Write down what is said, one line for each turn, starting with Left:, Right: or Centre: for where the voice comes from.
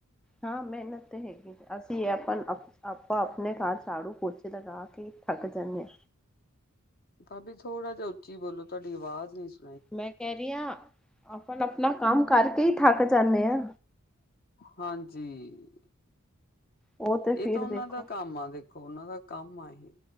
Centre: ਹਾਂ ਮੈਹਨਤ ਤੇ ਹੈਗੀ। ਅਸੀਂ ਆਪਾਂ-ਆਪਾ ਆਪਣੇ ਘਰ ਝਾੜੂ ਪੋਚੇ ਲਗਾ ਕੇ ਥੱਕ ਜਾਨੇ ਨੇ,
Left: ਭਾਬੀ ਥੋੜਾ ਜੇਹਾ ਉੱਚੀ ਬੋਲੋ, ਤੁਹਾਡੀ ਆਵਾਜ਼ ਨਹੀਂ ਸੁਣੀ,
Centre: ਮੈਂ ਕੈਹ ਰਈ ਆਂ, ਆਪਾਂ -ਆਪਣਾ ਕੰਮ ਕਰ ਕੇ ਈ ਥੱਕ ਜਾਨੇ ਆ,
Left: ਹਾਂਜੀ,
Centre: ਉਹ ਤੇ
Left: ਏ
Centre: ਫਿਰ
Left: ਤਾਂ ਓਨਾਂ
Centre: ਦੇਖੋ
Left: ਦਾ ਕੰਮ ਆ ਦੇਖੋ, ਉਨਾਂ ਦਾ ਕੰਮ ਆ ਏ